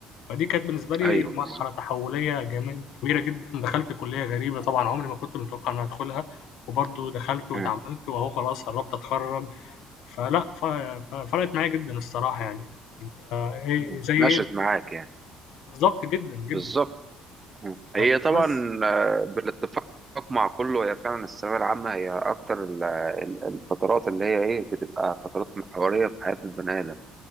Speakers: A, on the left; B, on the right.
A: فدي كانت بالنسبة لي
B: ايوه
A: مرحلة
B: بالظبط
A: تحولية جمي كبيرة جدًا، دخلت كلية غريبة طبعًا عمري ما كنت متوقع إني هادخلها، وبرضه دخلت واتعاملت
B: أم،
A: وأهو خلاص قرّبت أتخرّج، فلأ ف ففرقت معايا جدًا الصراحة يعني، أنت إيه
B: أم.
A: زي إيه
B: مشت معاك يعني
A: بالضبط جدًا، جدًا
B: بالظبط
A: فاهم،
B: هي طبعا
A: بس
B: آه، بالاتفاق مع كله هي فعلا الثانوية العامة هي أكتر ال- ال- الفترات اللي هي إيه بتبقى فترات محورية في حياة البني آدم